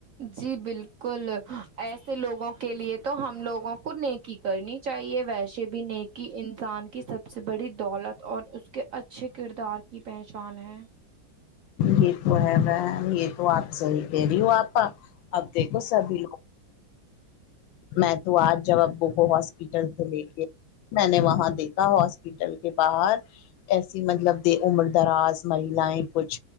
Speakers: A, on the right; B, on the left.
A: جی بالکل ایسے لوگوں کے لیے تو ہم لوگوں کو نیکی کرنی چاہیے ویسے بھی بھی نیکی انسان کی سب سے بڑی دولت اور اس کے اچھے کردار کی پہچان ہے
B: یہ تو ہے وہ یہ تو آپ صحی کہہ رہی ہو آپا اب دیکھو سبھی لوگ میں تو آج جب ابو کو ہاسپٹل سے لے کے میں نے وہاں دیکھا ہاسپٹل کے باہر ایسی مطلب د عمر دراز مہیلایں کچھ